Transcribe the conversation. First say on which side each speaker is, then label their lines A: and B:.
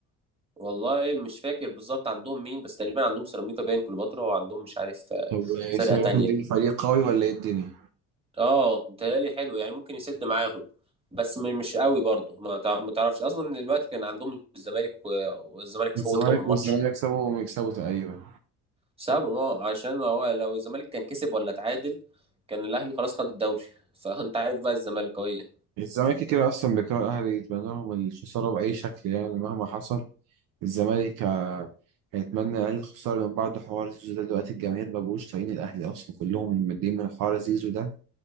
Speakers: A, on the right; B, on the right.
A: والله مش فاكر بالظبط عندهم مين بس تقريبا عندهم سيراميكا باين كليوباترا وعندهم مش عارف آه،
B: طب
A: فرقه
B: سيراميكا
A: تانية كده
B: دي فريق قوي ولا ايه الدنيا؟
A: اه متهيألي حلو يعني ممكن يسد معاهم بس م- مش قوي برضه ما تع- ما تعرفش اصلا دلوقتي كان عندهم الزمالك و- والزمالك
B: الزمالك
A: فوت لهم الماتش
B: والزمالك يكسبوا ويكسبوا تقريبا
A: سابهم اه عشان هو لو الزمالك كان كسب ولا اتعادل كان الاهلي خلاص خد الدوري <laughs> فانت عارف بقى الزمالكاويه
B: الزمالك كده اصلا بيكره الاهلي يتمنى لهم الخسارة بأي شكل يعني مهما حصل الزمالك هيتمنى اقل خسارة من بعد حوار زيزو ده دلوقتي الجماهير مبقوش طايقين الاهلي اصلا كلهم مدين من حوار زيزو ده